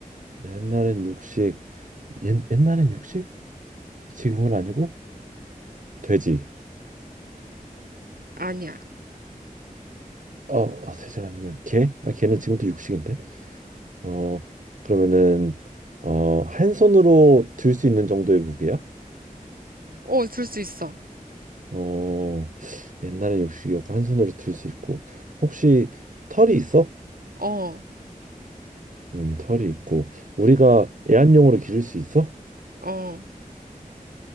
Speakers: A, on the right; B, on the right.
A: 옛날엔 육식, 옛, 옛날엔 육식? 지금은 아니고 돼지.
B: 아니야.
A: 어, 어, 돼지가 아니면 개? 아, 개는 지금도 육식인데. 어, 그러면은 어, 한 손으로 들 수 있는 정도의 무게야?
B: 어, 들 수 있어.
A: 어, 옛날엔 육식이었고 한 손으로 들 수 있고 혹시 털이 있어?
B: 어,
A: 음, 털이 있고 우리가 애완용으로 기를 수 있어?
B: 어, <laughs> 어,